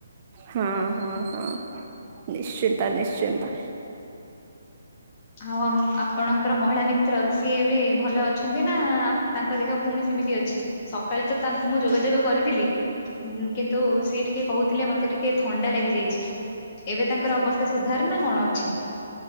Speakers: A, on the right; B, on the left.
A: ହଁ ହଁ ହଁ ନିଶ୍ଚିନ୍ତ ନିଶ୍ଚିନ୍ତ।
B: ଆଉ ଆପଣଙ୍କର ମହିଳା ମିତ୍ର ସିଏ ଏବେ ଭଲ ଅଛନ୍ତି ନା ତାଙ୍କ ଦେହ ପୁଣି ସେମିତି ଅଛି ସକାଳେ ତ ତାଙ୍କୁ ମୁଁ ଯୋଗାଯୋଗ କରିଥିଲି। କିନ୍ତୁ ସିଏ ଟିକେ କହୁଥିଲେ ମତେ ଟିକେ ଥଣ୍ଡା ଲାଗିଯାଇଛି ଏବେ ତାଙ୍କର ଅବସ୍ ସେ ସୁଧାର ନା କଣ ଅଛି।